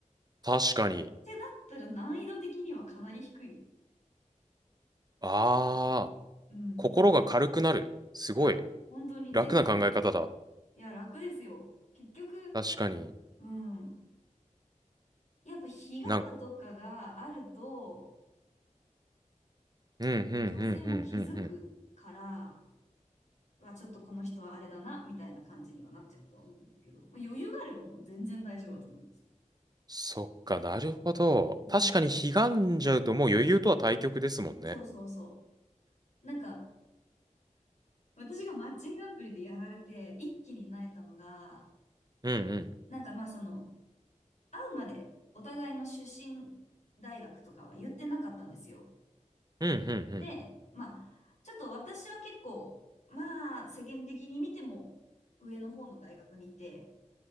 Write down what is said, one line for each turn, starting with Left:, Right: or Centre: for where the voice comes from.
Right: 確かに。
Left: てなったら難易度的にはかなり低い。
Right: ああ。
Left: うん。
Right: 心が軽くなる。すごい。
Left: いや、本当にぜひぜひ。
Right: 楽な考え方だ。
Left: いや、楽ですよ。結局、
Right: 確かに。
Left: うん。やっぱ、彼岸とかがあると、
Right: なん、うん、うん、うん、
Left: 女性も気づくから、
Right: うん、うん、うん。
Left: はちょっとこの人はあれだな、みたいな感じにはなっちゃうとは思うんですけど、まあ、余裕があればもう全然大丈夫だと思います。
Right: そっか、なるほど。
Left: うん。
Right: 確かに、悲願じゃうともう余裕とは対極ですもんね。
Left: そうそうそう。なんか、私がマッチングアプリでやられて、一気になえたのが、
Right: うん、うん。
Left: なんかまあ、その、会うまでお互いの出身大学とかは言ってなかったんですよ。
Right: うん、うん、
Left: で、まあ、ちょっと私は結構、まあ、世間的に見ても上の方の大学にいて、